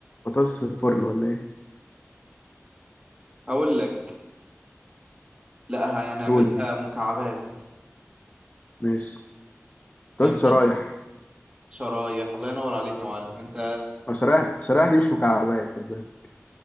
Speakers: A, on the left (about 35°); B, on the right (about 15°).
A: بطاطس في الفرن ولا ايه
B: هقول لك لا هنعملها
A: قول لي
B: مكعبات
A: ماشي أنت
B: فاهمني
A: قلت شرايح
B: شرايح الله ينور عليك يا معلم انت
A: ما شرايح شرايح دي مش مكعبات خد بالك